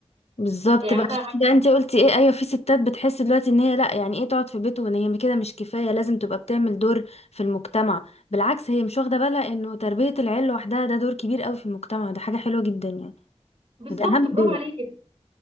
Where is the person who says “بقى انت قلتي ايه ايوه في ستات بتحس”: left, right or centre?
Left